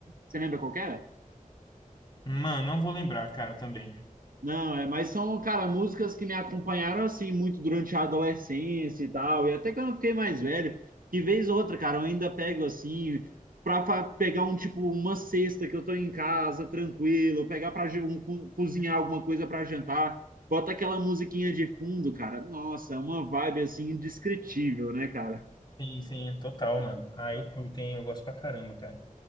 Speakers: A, on the right (about 80°); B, on the left (about 30°).
A: Você lembra qual que era?
B: Mano, não vou lembrar, cara, também.
A: Não, é, mas são, cara, músicas que me acompanharam assim muito durante a adolescência e tal, e até que eu não fiquei mais velho, que vez ou outra, cara, eu ainda pego assim pra fa- pegar um tipo uma cesta que eu tô em casa, tranquilo, pegar para um, co- cozinhar alguma coisa pra jantar, bota aquela musiquinha de fundo, cara. Nossa, é uma vibe assim indescritível, né, cara?
B: Sim, sim, total, mano. Ah, eu curto, hein? Eu gosto pra caramba, cara.